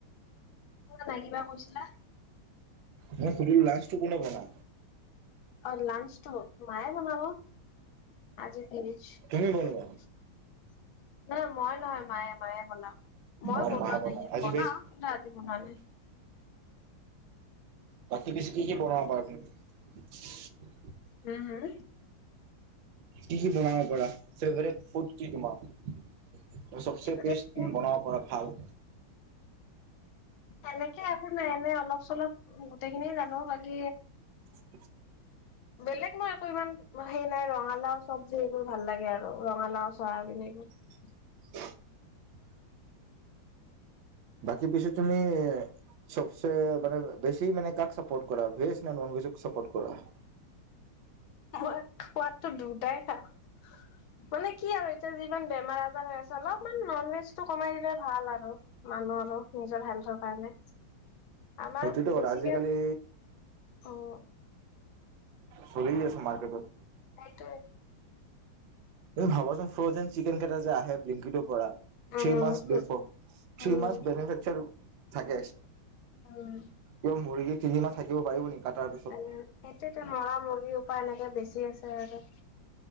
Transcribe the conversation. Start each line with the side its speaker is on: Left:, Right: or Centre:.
Left: লাগিবা কৈছিলা?
Right: ম সুধিল লাঞ্চটো কোনে বনা
Left: আৰু লাঞ্চ ত মায়ে বনাব, আজি দেৰি ন
Right: তুমি বনোৱা
Left: মই নহয় মায়ে মায়ে বনাওঁ। মই
Right: অ
Left: বনোৱা
Right: মা বনাই
Left: নাই
Right: আজি
Left: বনাওঁ।
Right: ভেজ
Left: কিন্তু আজি বনোৱা নাই।
Right: তাকী পিছি কি কি বনাব পাৰ তুমি।
Left: উম, হম।
Right: কি কি বনাব পাৰা ফেভৰেট ফুড কি তোমাৰ চবচে
Left: হম।
Right: বেষ্ট বনাব পাৰ ভাল
Left: এনেকে একো নাই এনে অলপ চলপ গোটেই খিনিয় জানো বাকী
Right: আছ
Left: বেলেগ মই একো ইমান সেই নাই ৰঙালাও চবজি সেইবোৰ ভাল লাগে আৰু ৰঙালাও চয়াবিন এইবোৰৰ
Right: <inaudible> বাকী পিছে তুমি চবচে মানে বেছি মানে কাক চাপোৰ্ট কৰা, ভেজ ন নন ভেজ চাপোৰ্ট কৰা <inaudible>
Left: মোৰ সোৱাদটো দুটাই খাওঁ। মানে কি আৰু এতিয়া যিমান বেমাৰ আজাৰ হৈ আছে অলপ মান নন ভেজটো কমাই দিলে ভাল আৰু মানুহৰো নিজৰ হেল্থৰ কাৰণে। আমাৰ
Right: সেইটোতো কথা
Left: বেছিকে
Right: আজিকালি
Left: উম
Right: চলি আছে মাৰ্কেটত
Left: সেটো
Right: তুমি ভাবাচোন ফ্ৰজেন চিকেন কেইটা যে আহে বিলিংকিটৰ পৰা three
Left: um
Right: months before
Left: um
Right: three
Left: um
Right: months বেনিফ্ৰেচাৰ থাকে।
Left: উম
Right: কিয় মুৰ্গী তিনি মাহ থাকিব পাৰিব নেকি? কাটাৰ পিছত
Left: আৰু এতি মৰা মুৰ্গী উপায় এনেকে বেছি আছে, আৰু